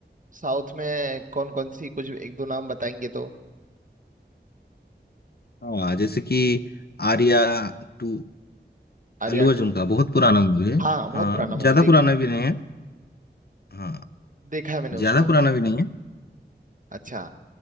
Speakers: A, on the right; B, on the left.
A: साउथ में कौन कौन सी कुछ एक दो नाम बताएंगे तो
B: हाँ जैसे कि आर्या टू
A: आर्या
B: अल्लू अर्जुन
A: टू
B: का बहुत पुराना मूवी है
A: हाँ बहुत
B: हाँ
A: पुराना
B: ज्यादा
A: मूवी देखा
B: पुराना भी नहीं है हाँ
A: देखा है मैंने
B: ज्यादा
A: उसमें
B: पुराना भी नहीं है
A: अच्छा